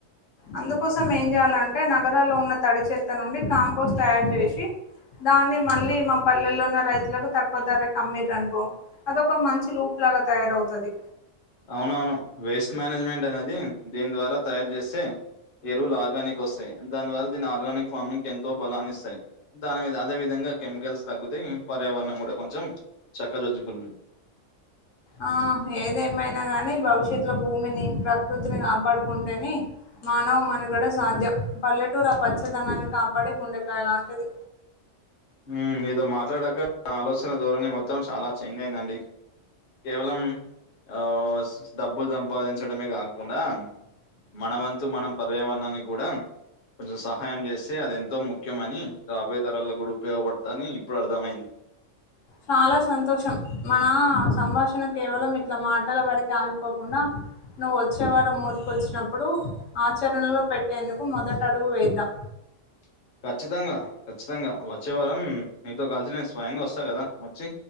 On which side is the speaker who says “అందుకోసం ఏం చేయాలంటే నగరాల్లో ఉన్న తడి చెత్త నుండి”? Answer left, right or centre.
Left